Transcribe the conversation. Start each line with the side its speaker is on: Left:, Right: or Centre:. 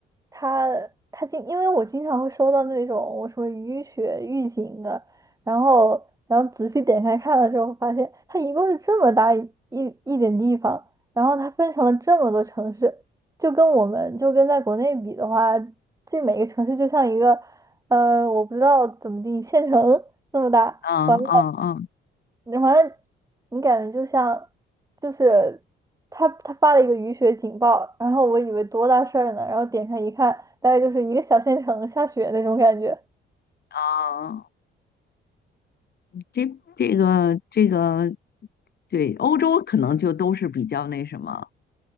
Right: 他他经，因为我经常会收到那种我什么雨雪预警的，然后然后仔细点开看了之后，发现它一共是这么大一一一点地方，然后它分成了这么多城市，就跟我们就跟在国内比的话，这每个城市就像一个呃，我不知道怎么定县城 <laughs> 那么大，
Left: 嗯嗯嗯
Right: 完了。你好像你感觉就像，就是他他发了一个雨雪警报，然后我以为多大事儿呢，然后点开一看，大概就是一个小县城下雪那种感觉，
Left: 嗯，这这个这个，对，欧洲可能就都是比较那什么，